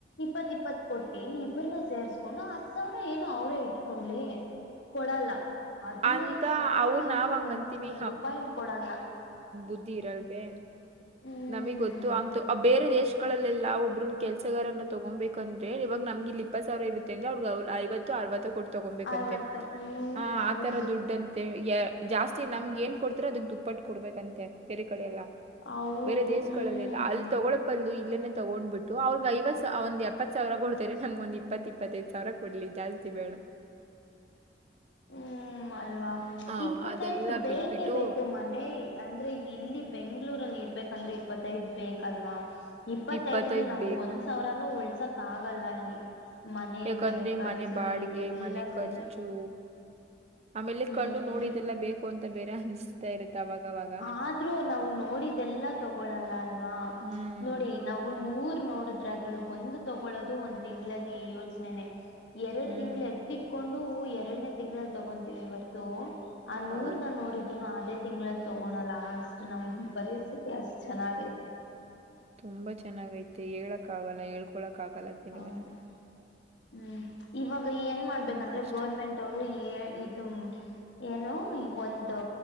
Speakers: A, on the left; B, on the right.
A: ಇಪ್ಪತ್ ಇಪ್ಪತ್ತು ಕೊಟ್ಟಿ ಇಬ್ರನ್ನ ಸೇರ್ಸ್ಕೊಂಡ್ ಹತ್ ಸಾವಿರ ಏನು ಅವ್ರೇ ಇಟ್ಕೊಳ್ಳಿ. ಕೊಡಲ್ಲ ಹದ್ನೈದ್
B: ಅಂತ
A: ಸಾವಿರ
B: ಅವ್ರ
A: ರೂಪಾಯಿ
B: ನಾವ್
A: ಮೇಲೆ
B: ಹಂಗಂತೀವಿ
A: ಒಂದ್ ರೂಪಾಯ್ನೂ ಕೊಡಲ್ಲ.
B: ಬುದ್ದಿ ಇರಲ್ವೇ
A: ಹ್ಮ್
B: ನಮಗ್ ಗೊತ್ತು ಅಂತು ಆ ಬೇರೆ
A: ಅದೇ
B: ದೇಶಗಳಲ್ಲೆಲ್ಲ. ಬ್ರೊ ಕೆಲಸಗಾರನ ತಗೊಂಬೇಕುಂದ್ರೆ ಇವಾಗ ನಮ್ಗಿಲ್ಲಿ ಇಪ್ಪತ್ತು ಸಾವರ ಇರುತೇ ಅಂದ್ರ ಐವತ್ತು ಅರ್ವತ್ತು ಕೊಟ್ಟ್ ತಗೊಬೇಕಂತೆ
A: ಐವತ್ತು ಹ್ಮ್
B: ಆ
A: ಹೌದು
B: ಆತರ ದುಡ್ಡಂತೆ ಯ ಜಾಸ್ತಿ ನಮ್ಗೆ ಏನ್ ಕೊಡ್ತರ ಅದಕ್ ದುಪ್ಪಟ್ಟ ಕೊಡ್ಬೇಕಂತೆ ಪ ಬೇರೆ ಕಡೆ ಎಲ್ಲ.
A: ಹೌದು
B: ಬೇರೆ ದೇಶ್ಗಳಲ್ಲೆಲ್ಲ
A: ಹ್ಮ್
B: ಅಲ್ಲಿ ತಗೊಳಪ್ಪಲ್ಲೂ ಲ್ವೇನೆ ತಗೊಂಡ್ ಬಿಟ್ಟು ಅವ್ರಗ್ ಐವ ಒಂದ್ ಎಪ್ಪತ್ ಸಾವಿರ ಗಳ್ <unintelligible> ನಂಗೆ ಒಂದ್ ಇಪ್ಪತ್ತು ಇಪ್ಪತ್ತೈದು ಸಾವಿರ ಕೊಡ್ಲಿ ಜಾಸ್ತಿ ಬೇಡ.
A: ಹ್ಮ ಅಲ್ವಾ
B: ಹ
A: ಇಪ್ಪತ್ತೈದು
B: ಅದೆಲ್ಲಾ
A: ಬೇಕೇ
B: ಬಿಟ್ಬಿಟ್ಟು
A: ಬೇಕು ಮನೆ ಅಂದ್ರೆ ಇಲ್ಲಿ ಬೆಂಗ್ಗಳೂರಲ್ಲಿ ಇರ್ಬೇಕಂದ್ರೆ ಇಪ್ಪತ್ತೈದ್ ಬೇಕಲ್ವಾ. ಇಪ್ಪತ್ತೈದ್ರಲ್
B: ಇಪ್ಪತ್ತೈದ್
A: ನಾವು
B: ಬೇಕು
A: ಒಂದ್ ಸಾವಿರಾನೂ ಉಳ್ಸಕ್ ಆಗಲ್ಲ ಅಲ್ಲಿ. ಮನೆಗೆ
B: ಯಾಕಂದ್ರೆ
A: ಖರ್ಚಿಗೆ
B: ಮನೆ ಬಾಡ್ಗೆ
A: ಎಲ್ಲಾ
B: ಮನೆ ಖರ್ಚು
A: ಸೇರಿ
B: ಆಮೇಲೆ
A: ಹ್ಮ್
B: ಕಣ್ಣು ನೋಡಿದೆಲ್ಲ ಬೇಕು ಅಂತ ಬೇರೆ ಅನ್ಸ್ತಾ ಇರುತ್ತೆ. ಅವಾಗವಾಗ
A: ಆದ್ರೂ ನಾವು ನೋಡಿದೆಲ್ಲಾ ತಗೊಳಲ್ಲ ಅಲ್ವಾ
B: ಹ್ಮ್
A: ನೋಡಿ ನಾವು ನೂರು ನೋಡಿದ್ರೆ ಅದ್ರಲ್ಲಿ ಒಂದು ತೊಗೊಳ್ಳೋದು ಒಂದ್ ತಿಂಗಳಲ್ಲಿ ಯೋಚನೆ ಎರಡು
B: ಹ್ಮ್
A: ತಿಂಗಳು ಎತ್ತಿಟ್ಕೊಂಡು ಎರಡನೇ ತಿಂಗಳಲ್ಲಿ ತಗೊಂತೀವಿ ಹೊರ್ತು ಆ ನೂರ್ನ
B: ಹೌದು
A: ನೋಡಿದ್ದನು ಅದೇ ತಿಂಗಳಲ್ಲಿ ಪೂರ್ ಲಾಸ್ಟ್ ನಮ್ ಪರಿಸ್ಥಿತಿ ಅಷ್ಟ ಚೆನ್ನಾಗಿ ಆಯ್ತೆ
B: ತುಂಬಾ ಚೆನ್ನಾಗೈತೆ ಹೇಳಕ್ಕ ಆಗಲ್ಲ ಹೇಳ್ಕೊಳಕ್ಕ ಆಗಲ್ಲ ಕೆಲವ
A: ಹೌದು
B: ನೊಂದು
A: ಹ್ಮ್ ಇವಾಗ ಏನ್ ಮಾಡ್ಬೇಕಂದ್ರೆ
B: ಕಷ್ಟ
A: ಗೋರ್ಮೆಂಟ್ ಅವರು <unintelligible> ಇದು ಏನು ಒಂದು